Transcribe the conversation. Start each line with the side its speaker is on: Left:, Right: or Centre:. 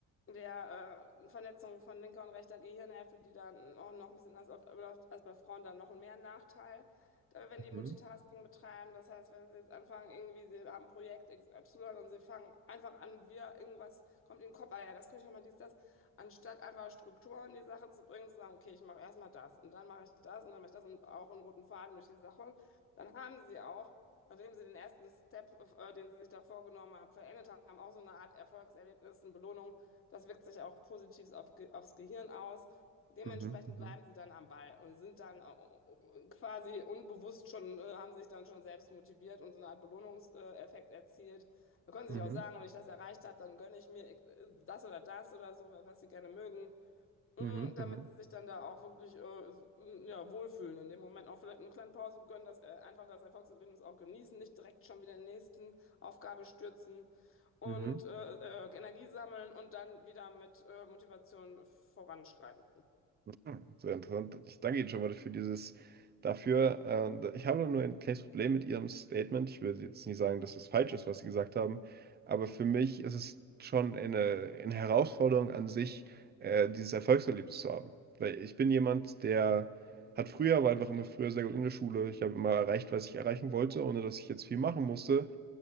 Left: der äh, Vernetzung von linker und rechter Gehirnhälfte, die dann auch noch ein bisschen anders auf- abläuft als bei Frauen, dann noch mehr Nachteil wenn die Multitasking
Right: Mhm.
Left: betreiben, das heißt, wenn sie jetzt anfangen, irgendwie, sie haben Projekt X, Y und sie fangen einfach an, wir, irgendwas kommt in den Kopf, ah ja, das könnte ich nochmal, dies, das, anstatt einfach Strukturen in die Sache zu bringen, zu sagen, okay, ich mache erstmal das und dann mache ich das und dann mache ich das und auch einen roten Faden durch die Sache, dann haben sie auch, nachdem sie den ersten Step, äh, den sie sich da vorgenommen haben, verendet haben, auch so eine Art Erfolgserlebnis, eine Belohnung, das wirkt sich auch positiv auf, aufs Gehirn aus. Dementsprechend
Right: Mhm. Mhm.
Left: bleiben sie dann am Ball und sind dann äh, quasi unbewusst schon, äh, haben sich dann schon selbst motiviert und so eine Art Belohnungseffekt äh, erzielt. Da können sie
Right: Mhm.
Left: sich auch sagen, wenn ich das erreicht habe, dann gönne ich mir äh, das oder das oder so, was sie gerne mögen,
Right: Mhm.
Left: Mm, damit
Right: Mhm.
Left: sie sich dann da auch wirklich äh, so, mm, ja, wohlfühlen. In dem Moment auch vielleicht eine kleine Pause gönnen, das, äh, einfach das Erfolgserlebnis auch genießen, nicht direkt schon wieder in die nächsten Aufgabe stürzen und
Right: Mhm.
Left: äh, äh, Energie sammeln und dann wieder mit äh, Motivation voranschreiten.
Right: Hm, Sehr interessant. Ich danke Ihnen schon mal für dieses dafür. Ähm, ich habe nur ein kleines Problem mit Ihrem Statement. Ich würde jetzt nicht sagen, dass es falsch ist, was Sie gesagt haben, aber für mich ist es schon eine, eine Herausforderung an sich, äh, dieses Erfolgserlebnis zu haben. Weil ich bin jemand, der hat früher, war einfach immer früher sehr gut in der Schule. Ich habe immer erreicht, was ich erreichen wollte, ohne dass ich jetzt viel machen musste.